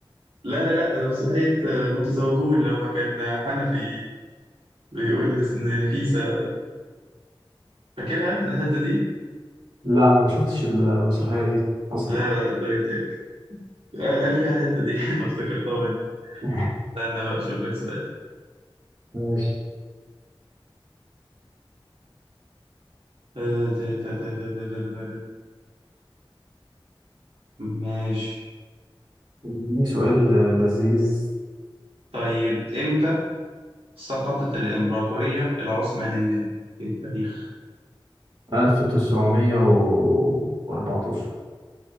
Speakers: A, on the right (about 80°); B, on the right (about 50°).
A: لا لا لا ده مسرحيه آه، المتزوجون لما كان حنفي بيقول لس- لنفيسة فاكرها الحتة دي؟
B: لا أنا ما شفتش المسرحية دي أصلا
A: لا لا لا فايتك قال قال فيها الحتة دي <laughs> أنا افتكرتها هنا
B: <laughs>
A: استنى بقى أشوف لك سؤال
B: ماشي
A: آه، تا- تا- تا- تا- تا- تا- تا- تا. ماشي
B: اديني سؤال لذيذ
A: طيب إمتى سقطت الإمبراطورية العثمانية في التاريخ؟
B: 1914